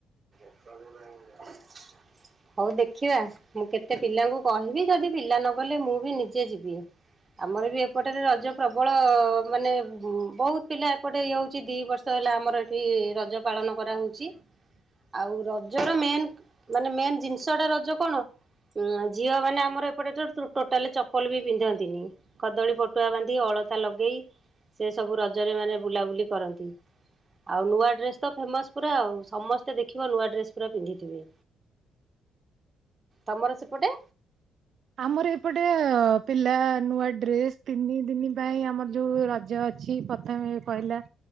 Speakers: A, on the right; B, on the right.
A: <inaudible> ହୋଉ ଦେଖିବା ମୁଁ କେତେ ପିଲାଙ୍କୁ କହିବି ଯଦି ପିଲା ନ ଗଲେ ମୁଁ ବି ନିଜେ ଯିବି। ଆମର ବି ଏପଟେରେ ରଜ ପ୍ରବଳ ମାନେ ବହୁତ ପିଲା ଏପଟେ ଇଏ ହୋଉଚି ଦୁଇ ବର୍ଷ ହେଲା ଆମର ଏଠି ରଜ ପାଳନ କରାହୋଉଚି। ଆଉ ରଜର ମେନ୍ ମାନେ ମେନ୍ ଜିନିଷ ଟା ରଜ କଣ? ହୁଁ ଝିଅ ମାନେ ଆମର ଏପଟେ ଟୋଟାଲ ଚପଲ ବି ପିନ୍ଧନ୍ତିନି। କଦଳୀ ପଟୁଆ ବାନ୍ଧି, ଅଳତା ଲଗେଇ ସେ ସବୁ ରଜରେ ମାନେ ବୁଲାବୁଲି କରନ୍ତି। ଆଉ ନୂଆ ଡ୍ରେସ୍‌ ତ ଫେମସ୍ ପୁରା ଆଉ ସମସ୍ତେ ଦେଖିବ ନୂଆ ଡ୍ରେସ୍‌ ପୁରା ପିନ୍ଧିଥିବେ। ତମର ସେପଟେ?
B: ଆମର ଏପଟେ ପିଲା ନୂଆ ଡ୍ରେସ୍‌ ତିନି ଦିନି ପାଇଁ ଆମର ଯୋଉ ରଜ ଅଛି। ପ୍ରଥମେ କହିଲା